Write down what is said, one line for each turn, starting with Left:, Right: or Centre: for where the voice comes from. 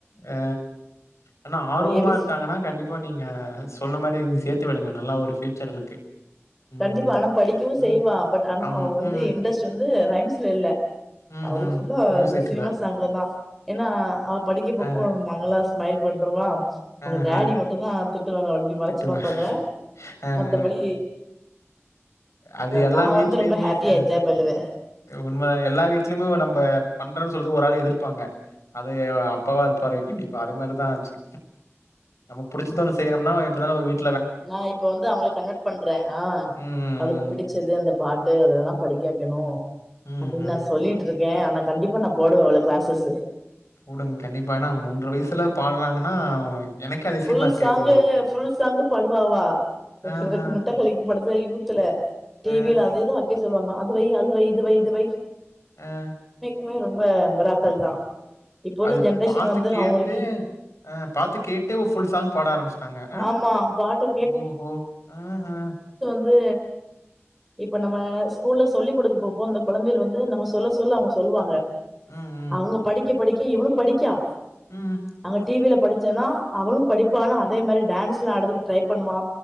Left: அஅ ஆனா ஆர்வமா
Centre: அவ ஏ பி
Left: இருக்காங்கன்னா
Centre: சி
Left: கண்டிப்பா நீங்க சொன்ன மாரி. சேர்த்து விடுங்க நல்லா ஒரு பியூச்சர் இருக்கு ம்,
Centre: கண்டிப்பா ஆனா படிக்கவு
Left: ம்,
Centre: செய்வா பட் ஆனா
Left: ஆமா.
Centre: அவ வந்து
Left: ம்,
Centre: இன்ட்ரெஸ்ட் வந்து. து ரைம்ஸ்ல இல்ல
Left: ம்ஹ்ம்.
Centre: அவலுக் புல்லா
Left: மியூசிக்ல.
Centre: இந்த சினிமா சாங்லதா ஏன்னா அவ படிக்க
Left: அ,
Centre: போப்போந் நாங்களா ஸ்மைல் பண்றமா உங்க
Left: ஆஹ.
Centre: டேடி மட்டு தா திட்டுவாங்க வண்டி மறைச்சு
Left: திட்டுவா.
Centre: பாப்பாங்க
Left: அ,
Centre: மத்தபடி
Left: அ. அது எல்லா
Centre: நா
Left: வீடலயுமே
Centre: வந்து ரொம்ப ஹாப்பியா
Left: அ
Centre: என்ஜாய் பண்ணுவே
Left: உண்மதா எல்லா வீட்லமு நம்ப பண்றேன்னு சொல்லறது ஒரு ஆள் எதிர்பாங்க அது அப்பாவா இருப்பாரு கண்டிப்பா அதே மாரிதா ஆச்சு நமக்கு பிடிச்சது ஓண்ணு செய்யறோம்னா எப்படினாலும் ஒரு வீட்டு
Centre: நா இப்ப வந்து அவங்கள கன்வெர்ட் பண்றே ஆஹ்
Left: ம், ம்,
Centre: அவளுக்கு பிடிச்சது அந்த பாட்டு அதுலா படிக்கவைக்கணு
Left: ம்,
Centre: அப்டின்னு
Left: ம்,
Centre: நா சொல்லிட்டு இருக் கே ஆனா கண்டிப்பா நா போடுவ அவள க்ளாசஸ் அ
Left: போடுங்க கண்டிப்பா ஏனா மூன்ற வயசுல பாடுறாங்கன்னா எனக்கே அதிசயமா
Centre: ஃபுல்
Left: இருக்கு
Centre: சாங்கு
Left: கேட்கும்போது.
Centre: ஃபுல் சாங்கு பாடுவா அவா
Left: ஆஹ,
Centre: எனக்கு முட்ட கலக்கி படத்துலே யூத்துல
Left: அ,
Centre: டி வி-ல அதேதா அ சொல்லுவாம அதுவை அதுவை இதுவை இதுவை
Left: ஆஹ்
Centre: <unintelligible> ரொம்ப மிராக்கள் தா இப்போ உள்ள
Left: அது
Centre: ஜென்ரேஷன்
Left: பாத்து
Centre: வந்து
Left: கேட்டு
Centre: அவங்களுக்கு
Left: அஹ் பாத் கேட் ட்டு ஃபுல் சாங் பாட ஆரம்பிச்ட்டாங்க அ
Centre: ஆமா பாட்ட
Left: ஓஹோ ம்ம்
Centre: ந்து இப்ப நம்ம ஸ்கூல்ல சொல்லி கொடுத்து பாப்போ அந்த கொழந்தைகள் வந்து நம்ம சொல்ல சொல்ல அவங்க சொல்வாங்க
Left: ம், ம்,
Centre: அவங்க படிக்க படிக் இவனும் படிக்கா
Left: ம்,
Centre: அவ்ங்க டி வி-ல படுத் ஜனா அவளும் படிப்பா ஆனா அதே மாரி டேன்ஸ் ல்லா ஆட்றதுக்கு ட்ரை பண்ணுவா.